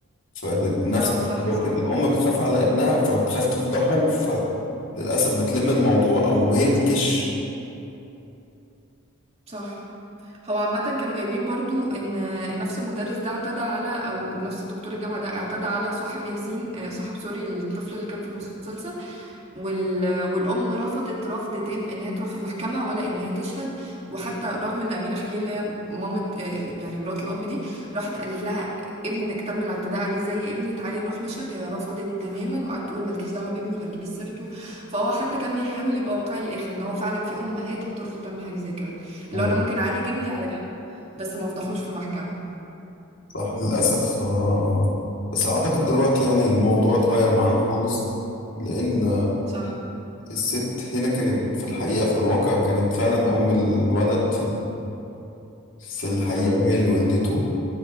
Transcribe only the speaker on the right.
آه،
صح صح
صح هو عامة كانوا جايبين برضو ان نفس المدرس ده اعتدى على او نفس دكتور الجامعة ده اعتدى على صاحب ياسين آه، صاحب سوري الطفل اللي كان في المسلسل وال... والأم رفضت رفض تام إن هي تروح المحكمة ولا إن هي تشهد وحتى رغم إن أمينة خليل اللي هي مامة آه، يعني مرات الأب دي راحت قالت لها ابنك تم الاعتداء عليه زي ابني تعالي نروح نشهد هي رفضت تماما وقعدت تقول مالكيش دعوة بابني ما تجيبيش سيرته فهو حتى كان بيحاول يبقى واقعي للآخر إن هو فعلا في أمهات هترفض تعمل حاجة زي كده
اللي هو أنا ممكن أعالج ابني على جنب بس ما أفضحوش في محكمة
صح
صح